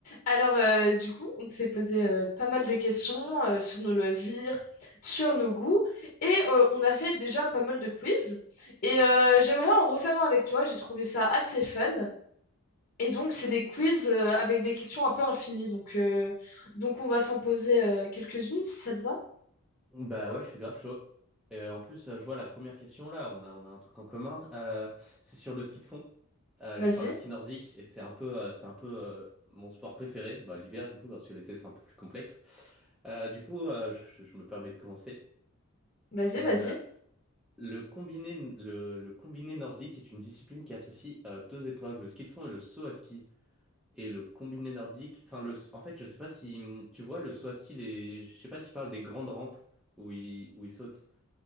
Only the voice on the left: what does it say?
Alors, euh, du coup, on s'est posé euh, pas mal de questions euh, sur nos loisirs, sur nos goûts, et euh, on a fait déjà pas mal de quiz. Et euh, j'aimerais en refaire un avec toi, j'ai trouvé ça assez fun. Et donc, c'est des quiz euh, avec des questions un peu infinies. Donc, euh, donc on va s'en poser euh, quelques-unes si ça te va.
Vas-y,
vas-y,
vas-y.